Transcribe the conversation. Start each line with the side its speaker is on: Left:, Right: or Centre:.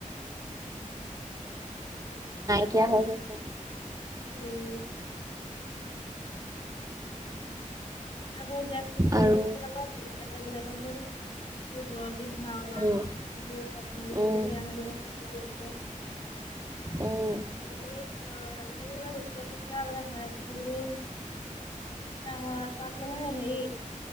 Left: <unintelligible>
Right: নাইকিয়া হৈ গৈছে।
Left: উম। আকৌ এতিয়া কিছুমান
Right: আৰু
Left: <unintelligible> বিদ্যালয়বিলাকত যেন টো বৰগীত, ভাওনা সেইবোৰ
Right: উম,
Left: অধ্যয়ন
Right: উম,
Left: কৰিব দিয়া হয় নহয় সতীয়া নৃত্য।
Right: উম।
Left: আজিকালি অ আজিকালি <unintelligible> উচ্চ শিক্ষা এফালে হায় ছেকেণ্ডাৰী তাহত তাত মানে সেই